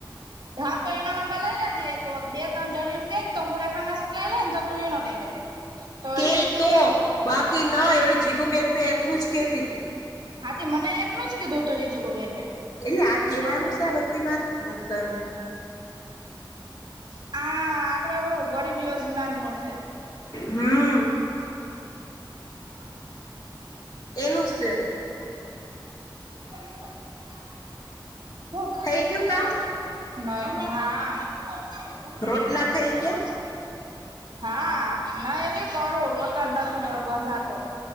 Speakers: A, on the right; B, on the left.
A: હા તો એનો નંબર લઈ લેજેએ તો બે ત્રણ જણીયોન કેને તો હું રેખા માસી ન લઈ લે ને તો તું એનો લઈ લેજે. તો
B: કે
A: એક દી
B: તો બાકી ના એવલી જીગું બેન તો એટલુંજ જ કેતી
A: હા, તે મને એકનું જ કીધુતુ એ જીગુ બેનએ.
B: એટલે આ કેવાનું સે બધી વાત નથી કરવાની
A: આ આપડે ઓલું ગરીબ યોજના નું છે.
B: હમ
A: <inaudible>
B: એનુ સે
A: અયા નું
B: થઈ ગયું કામ
A: સે નઈ
B: રોટલા
A: ના
B: થઈ ગયા <inaudible>
A: હા ના એટલે એ કરું લોટ જ નતો બંધાતો